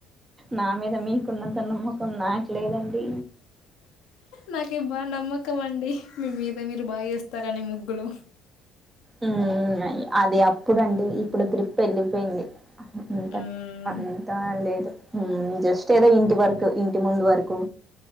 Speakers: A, on the right (about 20°); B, on the left (about 60°).
A: నా మీద మీకున్నంత నమ్మకం నా లేదండి
B: నాకి <unintelligible> అండి మీ మీద మీరు బాగా వేస్తరని ముగ్గులు
A: <unintelligible> అదే అప్పు అప్పుడు అండి ఇప్పుడు గ్రిప్ వెళ్ళిపోయింది, అంత
B: హ్మ్.
A: అంతా లేదు హ్మ్ జస్ట్ ఏదో ఇంటి వరకు ఇంటి ముందు వరకు